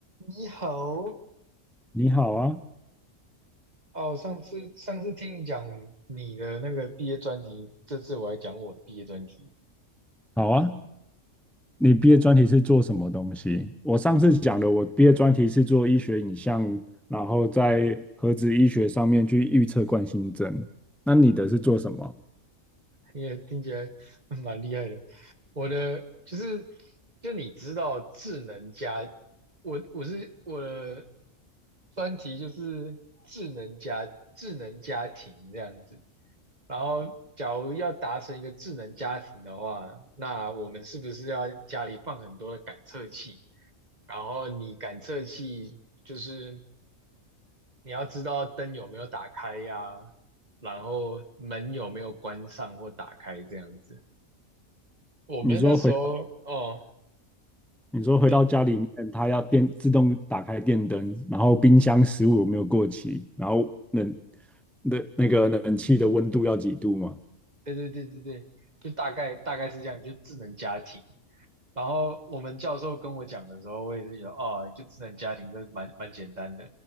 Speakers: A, on the right; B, in the centre.
A: 你好，
B: 你好啊，
A: 哦，上次上次听你讲你的那个毕业专题，这次我来讲我的毕业专题。
B: 好啊。你毕业专题是做什么东西？我上次讲的，我毕业专题是做医学影像，然后在核子医学上面去预测冠心症。那你的是做什么？
A: 也听起来 <laughs> 蛮厉害的。我的就是，就你知道智能家，我我是我的专题就是智能家智能家庭这样子。然后，假如要达成一个智能家庭的话，那我们是不是要家里放很多的感测器？然后你感测器就是你要知道灯有没有打开呀、然后门有没有关上或打开这样子。我们那时候哦，
B: 你说回，你说回到家里面，
A: 对
B: 它要电自动打开电灯，然后冰箱食物有没有过期，然后冷那那个冷气的温度要几度吗？
A: 对对对对对，就大概大概是这样，就智能家庭。然后我们教授跟我讲的时候，我也是觉得哦，就智能家庭这蛮蛮简单的。